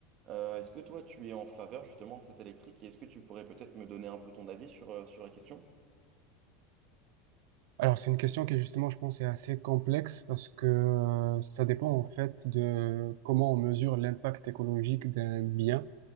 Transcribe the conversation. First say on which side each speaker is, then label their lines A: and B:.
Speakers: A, on the right; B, on the right.
A: Euh, est-ce que toi tu es en faveur justement de cet électrique et est-ce que tu pourrais peut-être me donner un peu ton avis sur, euh, sur la question?
B: Alors, c'est une question qui, justement, je pense, est assez complexe parce que euh, ça dépend, en fait, de comment on mesure l'impact écologique d'un bien.